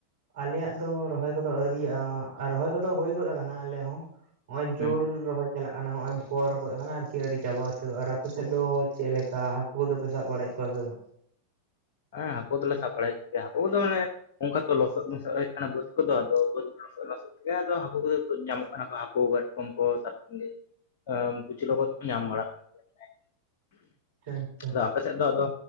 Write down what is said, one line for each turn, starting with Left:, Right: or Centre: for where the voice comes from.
Right: ᱟᱞᱮᱭᱟᱜ ᱫᱚ ᱨᱚᱦᱚᱭ ᱠᱚᱫᱚ ᱟᱹᱣᱨᱤᱭᱟᱜ-ᱟ ᱟᱨ ᱨᱚᱦᱚᱭ ᱠᱚᱫᱚ ᱦᱩᱭ ᱜᱚᱫ ᱠᱟᱱᱟ ᱟᱞᱮ ᱦᱚᱸ᱾ ᱱᱚᱜ-ᱚᱭ ᱡᱳᱨ
Left: ᱦᱩᱸ
Right: ᱨᱚᱦᱚᱭ ᱪᱟᱞᱟᱜ ᱠᱟᱱᱟ ᱦᱚᱜ-ᱚᱭ ᱵᱷᱚᱨ ᱜᱚᱫ ᱠᱟᱱᱟ ᱟᱨᱠᱤ ᱟᱹᱣᱨᱤ ᱪᱟᱵᱟ ᱩᱛᱟᱹᱨᱚᱜ-ᱟ ᱟᱨ ᱟᱯᱮ ᱥᱮᱫ ᱫᱚ ᱪᱮᱫ ᱞᱮᱠᱟ ᱦᱟᱠ ᱠᱩ ᱫᱚᱯᱮ ᱥᱟᱵ ᱵᱟᱲᱟᱭᱮᱫ ᱠᱚᱣᱟ ᱥᱮ ᱵᱟᱝ?
Left: ᱦᱮᱸ ᱦᱟᱹᱠᱳ ᱫᱚᱞᱮ ᱥᱟᱯᱵᱟᱲᱟᱭᱮᱛ ᱠᱚᱜᱮᱭᱟ ᱦᱟᱠᱳ ᱠᱚ ᱫᱚ ᱢᱟᱱᱮ ᱚᱱᱠᱟ ᱛᱚ ᱞᱚᱥᱚᱫ ᱢᱚᱥᱚᱫ ᱦᱳᱭᱳᱜ ᱠᱟᱱᱟ ᱵᱟᱹᱫᱽ ᱠᱚᱫᱚ ᱟᱫᱚ ᱵᱟᱹᱫᱽ ᱠᱚ ᱞᱚᱥᱚᱫ ᱞᱚᱥᱚᱫ ᱛᱚᱵᱮ ᱟᱫᱚ ᱦᱟᱹᱠᱩ ᱠᱚᱫᱚ ᱠᱚ ᱧᱟᱢᱚᱜ ᱠᱟᱱᱟ ᱠᱚ ᱦᱟᱹᱠᱳ ᱠᱟᱴᱠᱚᱢ ᱠᱚ ᱠᱟᱴᱠᱚᱢ ᱜᱮ᱾ ᱮᱸ ᱠᱩᱪᱞᱟᱹ ᱠᱚᱫᱚ ᱠᱚ ᱧᱟᱢ ᱵᱟᱲᱟᱜ ᱠᱟᱱ ᱜᱮᱭᱟ ᱛᱟᱸᱦᱮᱫ,
Right: ᱟᱪᱪᱷᱟ ᱟᱪᱪᱷᱟ
Left: ᱟᱫᱚ ᱟᱯᱮᱥ ᱥᱮᱜ ᱫᱚ ᱟᱫᱚ